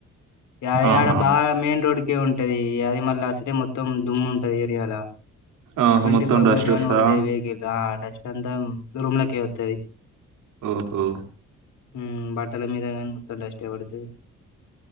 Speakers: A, on the left; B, on the right.
A: యావయ్
B: ఆహా
A: ఆడ బా మెయిన్ రోడ్కే ఉంటది ఈ అది మళ్ళ అసలే మొత్తం దుమ్ము ఉంటది ఏరియాల
B: ఆహా
A: ట్వంటీ
B: మొత్తం
A: ఫోర్
B: డస్ట్
A: బై సెవెన్
B: వస్తదా
A: వోతాయ్ వేకిల్ రానె శాంతం రూమ్ లకే వత్తది
B: ఓహో
A: మ్మ్ బట్టల మీద గానీ మొత్తం డస్ట్ ఎ పడుతది